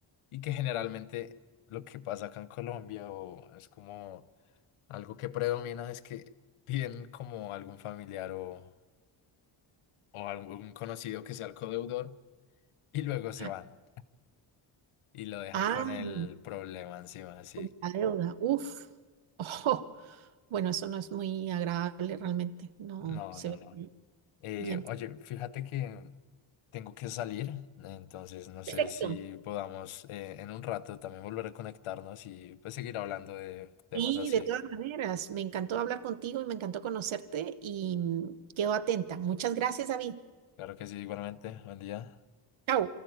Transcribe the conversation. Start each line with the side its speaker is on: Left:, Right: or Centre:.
Left: Y que generalmente lo que pasa acá en Colombia o es como algo que predomina es que piden como algún familiar o, o algún conocido que sea el codeudor y luego se
Right: Ah,
Left: van y lo dejan
Right: ah,
Left: con el problema encima, así.
Right: con la deuda. Uf. <laughs> Oh, Bueno, eso no es muy agradable realmente. No
Left: No,
Right: se
Left: no, no.
Right: ve
Left: Eh,
Right: bien.
Left: oye, fíjate que Tengo que salir, entonces no sé
Right: Perfecto.
Left: si podamos eh, en un rato también volver a conectarnos y pues seguir hablando de temas
Right: Y
Left: así.
Right: de todas maneras, me encantó hablar contigo y me encantó conocerte y mm, quedo atenta. Muchas gracias, David.
Left: Claro que sí, igualmente. Buen día.
Right: Chao.